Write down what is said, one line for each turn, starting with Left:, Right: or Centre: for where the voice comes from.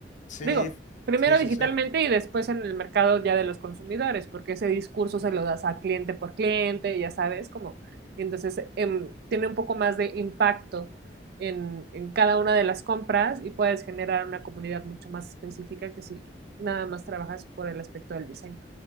Left: Sí,
Right: Digo, primero
Left: sí, sí,
Right: digitalmente
Left: sí.
Right: y después en el mercado ya de los consumidores, porque ese discurso se lo das a cliente por cliente, ya sabes, como, y entonces em, tiene un poco más de impacto en, en cada una de las compras y puedes generar una comunidad mucho más específica que si nada más trabajas por el aspecto del diseño.